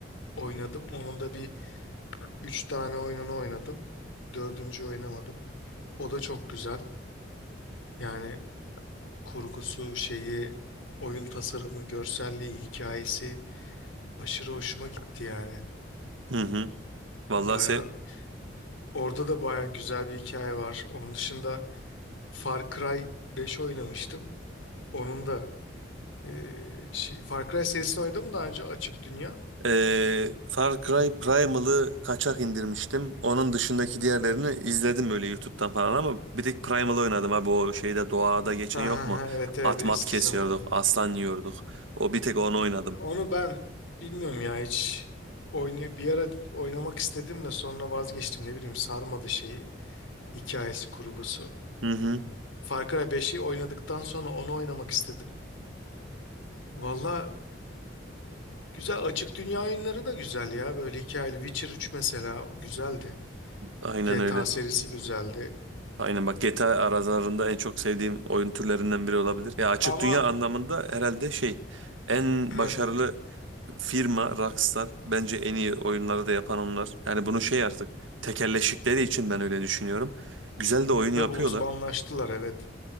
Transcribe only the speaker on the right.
Hı hı. Vallahi
se
Ee, Far Cry Primal'ı kaçak indirmiştim. Onun dışındaki diğerlerini izledim böyle YouTube'dan falan ama bir tek Primal oynadım abi o şeyde doğada geçen
yok
mu?
At
mat kesiyorduk,
aslan yiyorduk. O bir tek onu oynadım.
Hı hı.
Aynen
öyle.
Aynen bak GTA aralarında en çok sevdiğim oyun türlerinden biri olabilir. Ya açık
dünya anlamında herhalde şey en
başarılı firma Rockstar bence en iyi oyunları da yapan onlar. Yani bunu şey artık tekelleşikleri için ben öyle düşünüyorum. Güzel de oyun
yapıyorlar.